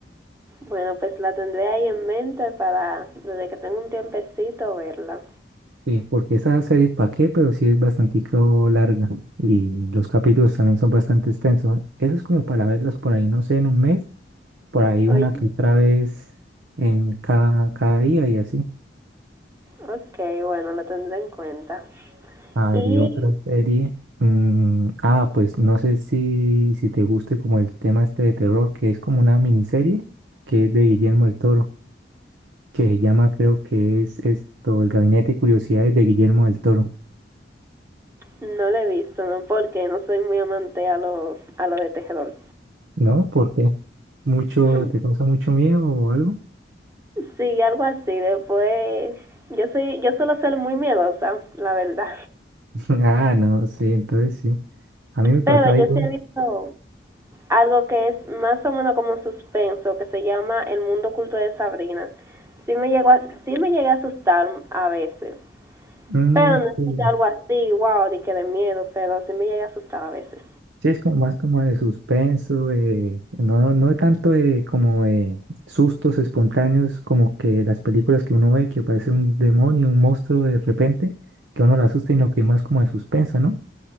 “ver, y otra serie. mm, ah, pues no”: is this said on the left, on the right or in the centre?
Right